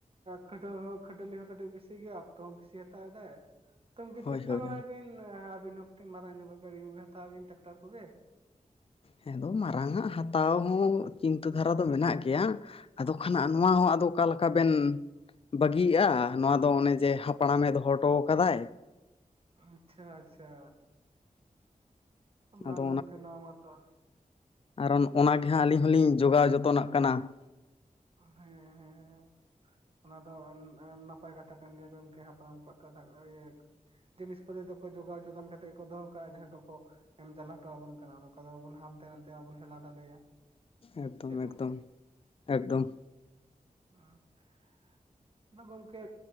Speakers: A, on the right (about 40°); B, on the left (about 40°).
A: ᱠᱷᱟᱹᱴᱟᱹ ᱦᱚᱸ ᱠᱷᱟᱹᱴᱟᱹᱞᱤ ᱦᱚᱸ ᱠᱟᱹᱴᱤᱡ ᱵᱮᱥᱤ ᱜᱮᱭᱟ ᱚᱠᱛᱚ ᱦᱚᱸ ᱵᱤᱥᱤ ᱦᱟᱛᱟᱣ ᱫᱟᱭ ᱾ ᱛᱚ ᱜᱚᱢᱠᱮ
B: ᱦᱳᱭ
A: ᱪᱮᱥᱴᱟ
B: ᱦᱳᱭ
A: ᱵᱟᱲᱟᱭ ᱵᱤᱱ ᱟᱹᱵᱤᱱ ᱦᱚᱸ ᱠᱟᱹᱴᱤᱡ ᱢᱟᱨᱟᱝ ᱧᱚᱜ ᱜᱟᱹᱰᱤ ᱠᱚᱜ ᱦᱟᱛᱟᱣ ᱵᱤᱱ ᱴᱟᱠᱴᱟᱨ ᱠᱚᱜᱮ ᱾
B: ᱦᱮᱸ ᱟᱫᱚ ᱢᱟᱨᱟᱝ ᱟᱜ ᱦᱟᱛᱟᱣ ᱦᱚᱸ ᱪᱤᱱᱛᱟᱹ ᱫᱷᱟᱨᱟ ᱫᱚ ᱢᱮᱱᱟᱜ ᱜᱮᱭᱟ ᱾ ᱟᱫᱚ ᱠᱷᱟᱱᱟᱜ ᱱᱚᱣᱟ ᱦᱚᱸ ᱟᱫᱚ ᱚᱠᱟ ᱞᱮᱠᱟ ᱵᱮᱱ ᱵᱟᱹᱜᱤᱜᱼᱟ, ᱱᱚᱣᱟ ᱫᱚ ᱚᱱᱮ ᱡᱮ ᱦᱟᱯᱲᱟᱢᱮ ᱫᱚᱦᱚ ᱦᱚᱴᱚ ᱟᱠᱟᱫᱟᱭ ᱾
A: ᱟᱪᱪᱷᱟ ᱟᱪᱪᱷᱟ ᱵᱟᱝ
B: ᱟᱫᱚ
A: ᱜᱚᱝᱠᱮ ᱱᱚᱣᱟ ᱢᱟᱛᱚ
B: ᱨᱟ ᱚᱱᱟ ᱜᱮ ᱦᱟᱸᱜ ᱟᱹᱞᱤᱧ ᱦᱚᱞᱤᱧ ᱡᱚᱜᱟᱣ ᱡᱚᱛᱚᱱ ᱱᱟᱜ ᱠᱟᱱᱟ ᱾
A: <unintelligible> ᱚᱱᱟ ᱫᱚ ᱱᱟᱯᱟᱭ ᱠᱟᱛᱷᱟ ᱠᱟᱱ ᱜᱮᱭᱟ ᱜᱚᱝᱠᱮ ᱦᱟᱯᱲᱟᱢ ᱠᱚᱣᱟᱜ ᱠᱟᱛᱷᱟ ᱤᱭᱟᱹ ᱡᱤᱱᱤᱥᱯᱟᱹᱛᱤ ᱫᱚᱠᱚ ᱡᱚᱜᱟᱣ ᱡᱚᱛᱚᱱ ᱠᱟᱛᱮ ᱜᱮᱠᱚ ᱫᱚᱦᱚ ᱠᱟᱜᱼᱟ ᱡᱟᱦᱟᱸ ᱠᱚᱠᱚᱼᱼ ᱮᱢ ᱪᱟᱞ ᱦᱚᱴᱚ ᱟᱵᱚᱱ ᱠᱟᱱᱟ ᱱᱚᱠᱟ ᱫᱚ ᱦᱟᱱᱛᱮ ᱱᱟᱛᱮ ᱵᱟᱵᱚᱱ ᱦᱮᱞᱟ ᱰᱟᱞᱮᱭᱟ᱾
B: ᱮᱠᱫᱚᱢ
A: ᱥᱮ ᱪᱮᱫ ᱜᱚᱝᱠᱮ
B: ᱮᱠᱫᱚᱢ ᱮᱠᱫᱚᱢ᱾
A: <unintelligible> ᱟᱫᱚ ᱜᱚᱝᱠᱮ